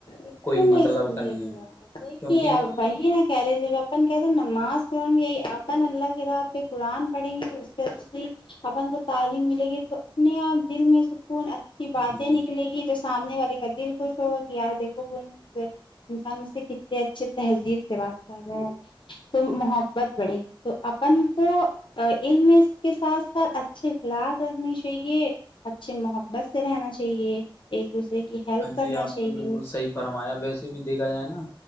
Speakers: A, on the left; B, on the left.
A: بالکل
B: کوئی
A: نہیں
B: مطلب
A: سمجھے
B: کا نہیں
A: گے
B: ہے
A: دیکھیے
B: کیونکہ
A: اب وہی ہے کئی جگہ اپن کہہ رہے ہیں نماز قرآن یہ اپن اللہ کے راہ پہ قرآن پڑھیں گے اس سے اچھی اپن کو تعلیم ملے گی تو اپنے آپ دل میں کون اچھی
B: ہاں
A: باتیں
B: جی
A: نکلے گی جو سامنے والے کا دل خوش ہوگا کہ یار دیکھو وہ انسان اس سے کتنے اچھے تہذیب سے بات کر رہا ہے تو محبت بڑھے گی تو اب اپن کو علم اس کے ساتھ ساتھ اچھے اخلاق رکھنے چاہیے اچھے محبت سے رہنا چاہیے ایک دوسرے کی ہیلپ
B: ہاں
A: کرنا
B: جی آپ
A: چاہیے
B: نے بالکل صحیح فرمایا ویسے بھی دیکھا جائے نا